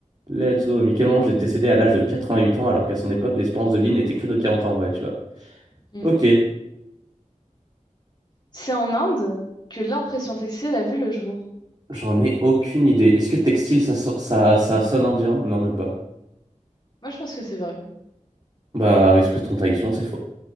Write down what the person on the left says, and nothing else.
Mm.
C'est en Inde que l'impression textile a vu le jour.
Moi, je pense que c'est vrai.